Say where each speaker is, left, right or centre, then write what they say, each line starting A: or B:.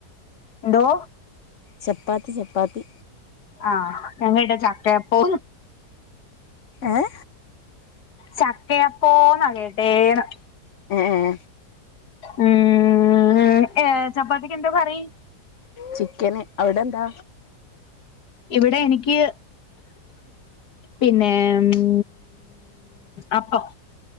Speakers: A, on the left; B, on the left.
A: എന്തോ
B: ചപ്പാത്തി, ചപ്പാത്തി
A: ആഹ് ഞങ്ങളുടെ ചക്കയപ്പൊ
B: ഏഹ്
A: ചക്കയപ്പോനം എടേണം
B: ഉം
A: ഉം ഏഹ് ചമ്പാത്തിക്ക് എന്താ കറി
B: ചിക്കന് അവിടെന്താ
A: ഇവിടേ എനികിയ് പിന്നെ ഉം അപ്പം